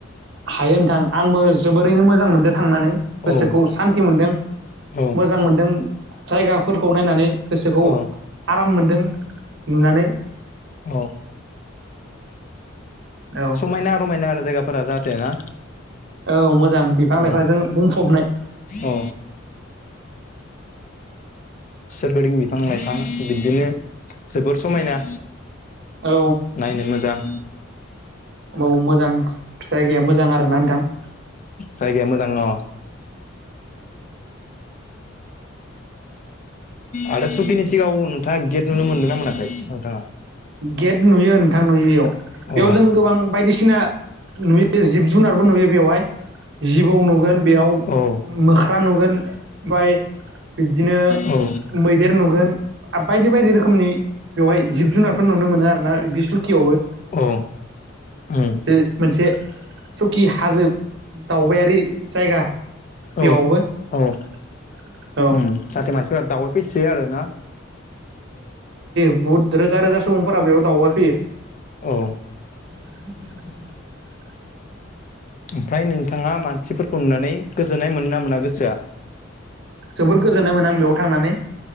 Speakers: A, on the right; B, on the left.
A: हायो नोंथां आंबो जोबोरैनो मोजां मोनदों थांनानै गोसोखौ
B: औ
A: सान्थि मोनदों
B: औ
A: मोजां मोनदों जायगाफोरखौ नायनानै गोसोखौ
B: औ
A: आराम मोनदों नुनानै
B: अ
A: औ
B: समायना रमायना आरो जायगाफोरा जाहाथे ना
A: औ मोजां बिफां
B: उम
A: लाइफां जों बुंफबनाय
B: अ सोरगिदिं बिफां लाइफां बिबदिनो जोबोर समायना
A: औ
B: नायनो मोजां
A: बाव मोजां जायगाया मोजां आरोना नोंथां
B: जायगाया मोजां न आरो सुकिनि सिगाङाव नोंथाङा गेट नुनो मोनगोन ना मोनाखै नोंथाङा
A: गेट नुयो नोंथां नुयोयाव बेयाव
B: अ
A: जों गोबां बायदिसिना नुयो जिब जुनारबो नुयो बेवहाय जिबौ नुगोन बेयाव
B: औ
A: मोख्रा नुगोन ओफ्राय बिदिनो
B: औ
A: मैदेर नुगोन बायदि बायदि रोखोमनि बेवहाय जिब जुनारफोर नुनो मोनो आरोना बि सुखियावबो
B: औ उम
A: बे मोनसे सखि हाजो दावबायारि जायगा बेयावबो
B: औ औ
A: <unintelligible> <inaudible>
B: उम जाहाथे मानसिफोरा दावै फैसै आरो ना
A: बुहुत रोजा रोजा सुबुंफोरा बेयाव दावउबाय फैयो
B: औ
A: <unintelligible> <inaudible>
B: ओमफ्राय नोंथाङा मानसिफोरखौ नुनानै गोजोननाय मोनो ना मोना गोसोआ
A: जोबोर गोजोननाय मोनो आं बेयाव थांनानै।